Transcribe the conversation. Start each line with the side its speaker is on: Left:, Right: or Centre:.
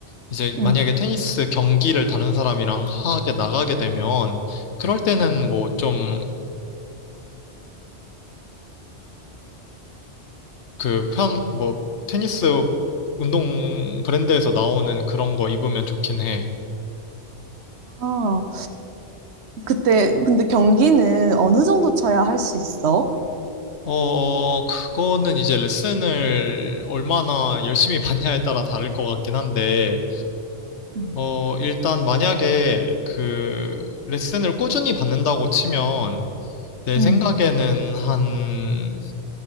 Left: 이제
Right: 응.
Left: 만약에 테니스 경기를 다른 사람이랑 하게 나가게 되면, 그럴 때는 뭐좀 그 편, 뭐, 테니스 운동 브랜드에서 나오는 그런 거 입으면 좋긴 해.
Right: 아. 그때 근데 경기는 어느 정도 쳐야 할 수 있어?
Left: 어, 그거는 이제 레슨을 얼마나 열심히 <laughs> 받냐에 따라 다를 것 같긴 한데,
Right: 음.
Left: 어, 일단 만약에 그 레슨을 꾸준히 받는다고 치면, 내
Right: 음.
Left: 생각에는 한,